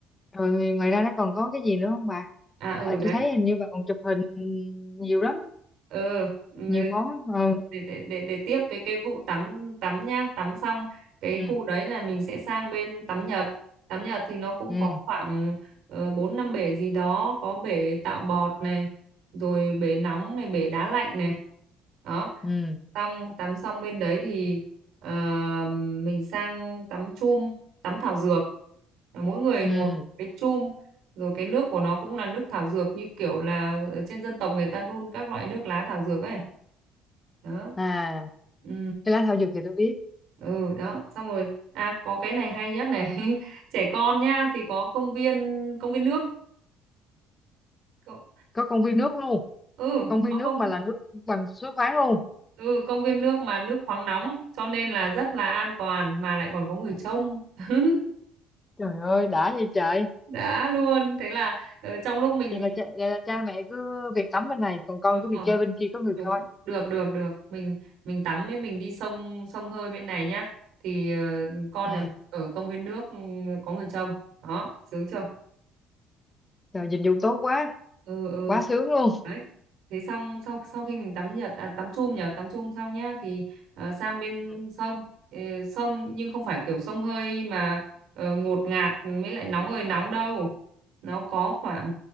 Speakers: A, on the left (about 15°); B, on the right (about 65°).
A: rồi ngoài ra nó còn có cái gì nữa không bà
B: à ừ
A: tại
B: đấy
A: tôi thấy hình như bà còn chụp hình nhiều lắm
B: ừ, ừ,
A: nhiều món lắm ừ
B: để, để để để tiếp cái cái vụ tắm tắm nhá tắm xong cái
A: ừ
B: khu đấy là mình sẽ sang bên tắm Nhật tắm Nhật thì nó cũng
A: ừ
B: có khoảng ờ, bốn năm bể gì đó có bể tạo bọt này rồi bể nóng này bể đá lạnh này đó
A: ừ
B: xong tắm xong bên đấy thì ờ, mình sang tắm chum tắm thảo dược Là mỗi người
A: ừ
B: ngồi cái chum rồi cái nước của nó cũng là nước thảo dược như kiểu là ở trên dân tộc người ta đun các loại nước lá thảo dược ấy đó
A: à
B: ừ
A: cái lá thảo dược thì tôi biết
B: ừ đó xong rồi à có cái này hay nhất này <laughs> trẻ con nhá thì có công viên công viên nước Có-
A: có công viên nước luôn
B: ừ
A: công
B: có
A: viên nước
B: công
A: mà là nước bằng suối khoáng luôn
B: ừ công viên nước mà nước khoáng nóng cho nên là rất là an toàn mà lại còn có người trông <laughs>
A: trời ơi đã vậy trời
B: đã luôn thế là ờ, trong lúc mình
A: vậy là cha, vậy là cha mẹ cứ việc tắm bên này còn con
B: đúng
A: cứ việc
B: rồi
A: chơi bên kia có người
B: đúng
A: coi
B: được được được mình mình tắm với mình đi sông sông hơi bên này nhá thì ờ, con
A: ừ
B: nhà ở công viên nước ừ, có người trông đó sướng chưa
A: Trời, dịch vụ tốt quá,
B: ừ ừ
A: quá sướng luôn.
B: đấy thế xong sau sau khi mình tắm nhật à, tắm chum nhở tắm chum xong nhá thì ờ, sang bên
A: Ừ.
B: sông Ờ, sông nhưng không phải kiểu sông hơi mà ờ, ngột ngạt mới lại nóng ơi nóng đâu nó có khoảng